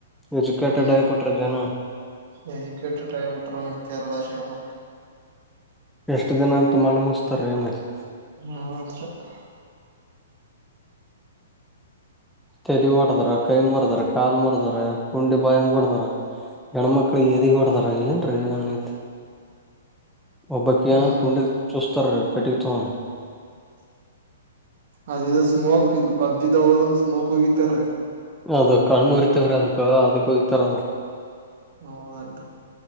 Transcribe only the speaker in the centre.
ಎಜುಕೇಟೆಡ್
ಆಗಬಿಟ್ರಿ ಜನಾ
ಎಷ್ಟು ದಿನ ಅಂತ ಮಣ ಮೂಸ್ತಾರ ನಿಮ್ಮಲ್ಲಿ
ತೆಲಿ ಹೊಡೆದರೆ, ಕೈ ಮುರದ್ರ, ಕಾಲ್ ಮುರದರ ಕುಂಡಿ ಬಾಯಂಗ ಹೋಡದರ. ಹೆಣ್ಣುಮಕ್ಕಳಿಗೆ ಎದಿಗೆ ಹೋಡದರ್ ಏನ್ನ್ ಐತೆ ಒಬ್ಬಕಿಯ
ಕುಂಡೆಗಿ ಚೂಚ್ಚತಾರ ಕಟ್ಟಗಿ ತಗೋಡ
ಅದು ಕಣ್ಣುರಿತಾವ್ರಿ ಅದಕ್ಕ ಅದಕ್ಕ ಒಗಿತಾರದ.